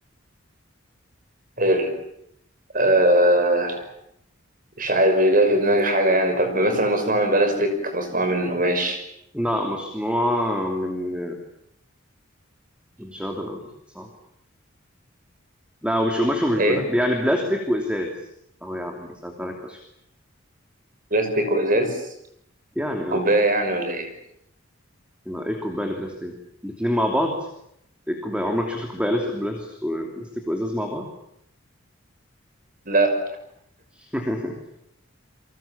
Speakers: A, on the right; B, in the centre.
A: حلو. آه، مش عارف مش جاي في دماغي حاجة يعني طب مثلا مصنوعة من بلاستيك مصنوعة من قماش
B: لا مصنوعة من مش هقدر أقول صعب لا ومش قماش ومش
A: ايه
B: بلا... يعني بلاستيك وإزاز أهو يا عم ساعدت عليك فشخ
A: بلاستيك وازاز
B: يعني
A: كوباية
B: اه
A: يعني ولا ايه
B: ما إيه الكوباية اللي بلاستيك الاتنين مع بعض إيه الكوباية عمرك شفت كوباية لاس- بلاس- بلاستيك وإزاز مع بعض؟
A: لا <laughs>
B: <laughs>